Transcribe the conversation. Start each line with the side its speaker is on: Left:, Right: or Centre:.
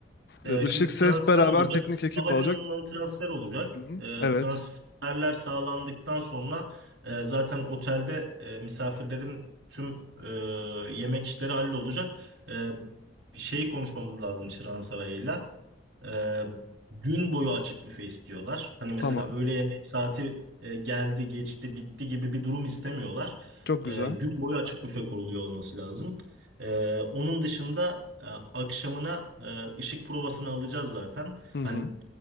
Right: E,
Left: Ee, ışık,
Right: şimdi
Left: ses
Right: transfer
Left: beraber
Right: olacak.
Left: teknik ekip
Right: Havalimanından
Left: olacak.
Right: transfer olacak.
Left: Hı hı.
Right: E,
Left: Evet,
Right: transferler sağlandıktan sonra e, zaten otelde e, misafirlerin tüm e, yemek işleri hallolacak. E, şeyi konuşmamız lazım Çırağan Sarayı'yla. Ee, gün boyu açık büfe istiyorlar. Hani mesela
Left: tamam.
Right: öğle yemeği saati e, geldi, geçti, bitti gibi bir durum istemiyorlar.
Left: Çok
Right: Ee,
Left: güzel.
Right: gün boyu açık büfe kuruluyor olması lazım. Ee, onun dışında e, akşamına e, ışık provasını alacağız zaten.
Left: Hı hı.
Right: Hani